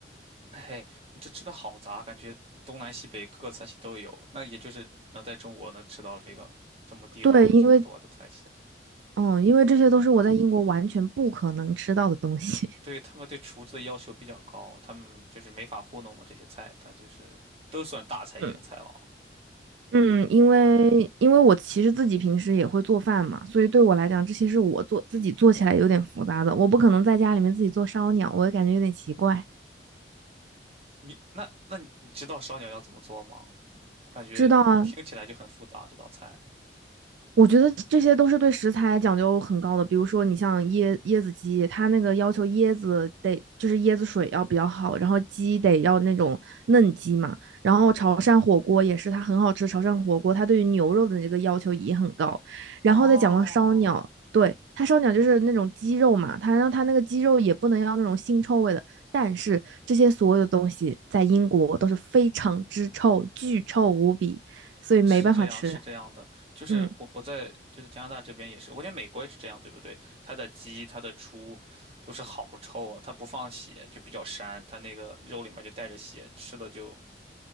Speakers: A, on the right; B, on the right.
A: 嘿，嘿，你这吃的好杂，感觉东南西北各个菜系都有，那也就是能在中国能吃到这个这么地道这么多的菜系。
B: 对，因为嗯，因为这些都是我在英国完全不可能吃到的东西。
A: 对，他们对厨子的要求比较高，他们就是没法糊弄嘛，这些菜它就是都算大菜硬菜了。
B: <laughs> 嗯。嗯，因为因为我其实自己平时也会做饭嘛，所以对我来讲，这些是我做自己做起来有点复杂的，我不可能在家里面自己做烧鸟，我感觉有点奇怪。
A: 你那那你你知道烧鸟要怎么做吗？我感觉听起来就很复杂这道菜。
B: 知道啊，我觉得这些都是对食材讲究很高的，比如说你像椰椰子鸡，它那个要求椰子得就是椰子水要比较好，然后鸡得要那种嫩鸡嘛，然后潮汕火锅也是，它很好吃，潮汕火锅它对于牛肉的这个要求也很高，然后再讲到烧鸟，
A: 哦，
B: 对，它烧鸟就是那种鸡肉嘛，它让它那个鸡肉也不能要那种腥臭味的，但是这些所有的东西在英国都是非常之臭，巨臭无比，所以没办法吃，
A: 是这样，是这样的，就是我我在就是加拿大这边也是，
B: 嗯。
A: 我觉得美国也是这样，对不对？它的鸡、它的猪都是好臭啊，它不放血就比较膻，它那个肉里面就带着血，吃了就